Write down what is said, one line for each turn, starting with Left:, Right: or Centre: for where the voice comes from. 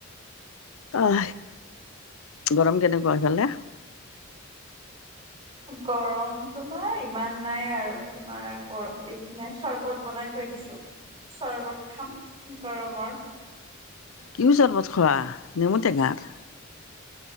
Left: অ গৰম কেনেকুৱা সেইফালে?
Right: গৰম তোমাৰ ইমান নাই আৰু তোমাৰ গৰম বেছি নাই। চৰ্বত বনাই থৈ দিছো, চৰবত খাম গৰমৰ।
Left: কিও চৰ্বত খোৱা নেমুটেঙাৰ?